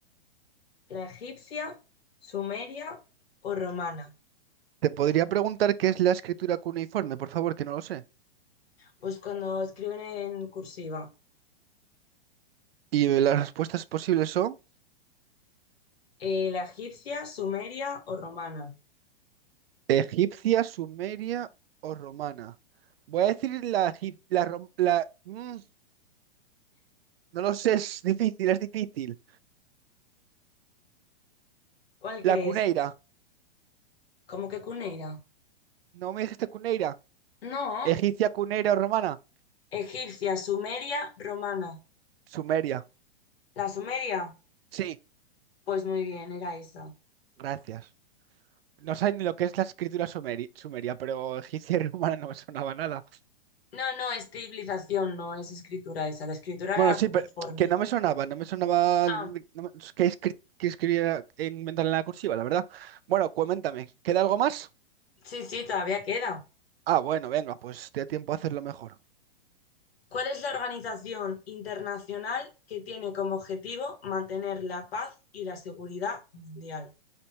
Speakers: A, on the left; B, on the right.
A: ¿La egipcia, sumeria o romana?
B: Te podría preguntar qué es la escritura cuneiforme, por favor, que no lo sé.
A: Pues cuando escriben en cursiva,
B: Y las respuestas posibles son...
A: eh, la egipcia, sumeria o romana.
B: Egipcia, sumeria o romana. Voy a decir la, egip- la, rom- la- mm, no lo sé, es difícil, es difícil.
A: ¿Cuál
B: La
A: crees?
B: cuneira.
A: ¿Cómo que cuneira?
B: ¿No me dijiste cuneira?
A: No,
B: Egipcia, cuneira o romana.
A: egipcia, sumeria, romana.
B: Sumeria.
A: ¿La sumeria?
B: Sí,
A: Pues muy bien, era esa.
B: gracias. No sé ni lo que es la escritura sumeri- sumeria, pero egipcia y romana no me sonaba nada.
A: No, no, es civilización, no es escritura esa. La escritura
B: Bueno,
A: era
B: sí,
A: cuneiforme.
B: pero que no me sonaba, no me sonaba
A: Ah,
B: de- no me- que, escri- que escribiera inventar en la cursiva, la verdad. Bueno, coméntame, ¿queda algo más?
A: sí, sí, todavía queda.
B: Ah, bueno, venga, pues te da tiempo a hacerlo mejor.
A: ¿Cuál es la organización internacional que tiene como objetivo mantener la paz y la seguridad mundial?